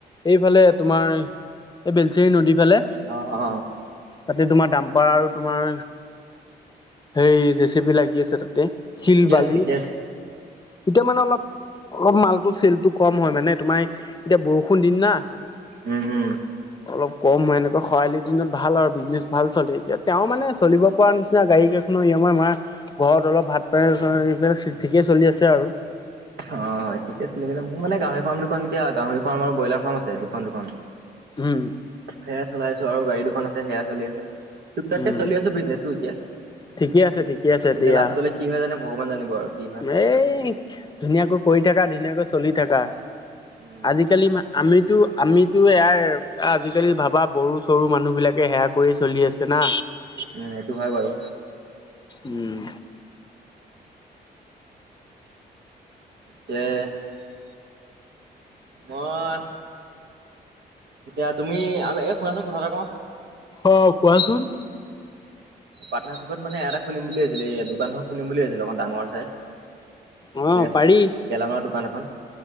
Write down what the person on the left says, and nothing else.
এইফালে তোমাৰ এই বেলচেৰি নদী ফালে
তাতে তোমাৰ দাম্পাৰ আৰু তোমাৰ সেই জেচিপি লাগি আছে তাতে শিল
বালি
এতিয়া মানে অলপ অলপ মালটো চেলটো কম হয় মানে তোমাৰ এতিয়া বৰষুণ দিন না
অলপ কম হয় এনেকুৱা খৰালিৰ দিনত ভাল আৰু বিজনেচ ভাল চলে এতিয়াত তেওঁ মানে চলিব পৰা নিচিনা গাড়ী কেইখনৰ ইয়মাৰ মমাৰ ঘৰত অলপ ভাত পান এই ঠিকেই চলি আছে আৰু
হুম
উম
ঠিকে আছে ঠিকে আছে
দিয়া
এই ধুনীয়াকৈ কৰি থাকা ধুনীয়াকৈ চলি থাকা
আজিকালি আমিতো আমিতো ইয়াৰ আজিকালি ভাবা বৰু চৰু মানুহ বিলাক সেয়া কৰি চলি আছে না
উম
অ কোৱাচোন
অ
পাৰি